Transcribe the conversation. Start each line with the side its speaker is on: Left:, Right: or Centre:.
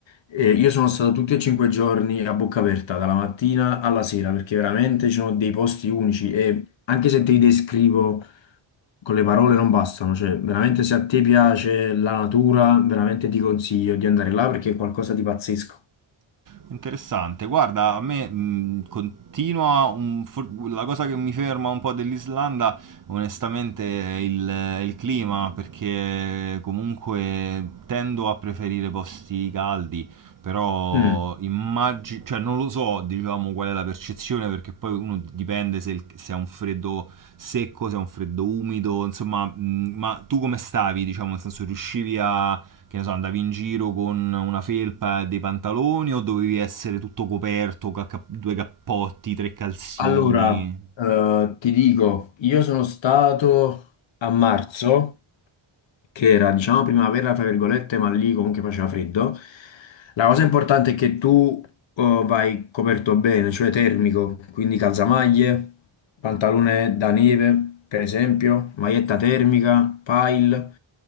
Left: Eh, io sono stato tutti e cinque i giorni a bocca aperta, dalla mattina alla sera, perché veramente ci sono dei posti unici e anche se te li descrivo con le parole non bastano, cioè veramente se a te piace la natura, veramente ti consiglio di andare là perché è qualcosa di pazzesco.
Right: Interessante, guarda, a me mh, continua un- for- la cosa che mi ferma un po' dell'Islanda, onestamente, è il, è il clima, perché comunque tendo a preferire posti caldi, però
Left: Mm.
Right: immagino, cioè non lo so, diciamo, qual è la percezione, perché poi uno dipende se, il- se è un freddo secco, se è un freddo umido, insomma, mh, ma tu come stavi, diciamo, nel senso riuscivi a che ne so, andavi in giro con una felpa e dei pantaloni o dovevi essere tutto coperto, ca- ca- due cappotti, tre calzini?
Left: Allora, eh, ti dico, io sono stato a marzo, che era, diciamo, primavera, tra virgolette, ma lì comunque faceva freddo. La cosa importante è che tu eh, vai coperto bene, cioè termico, quindi calzamaglie, pantalone da neve, per esempio, maglietta termica, pile,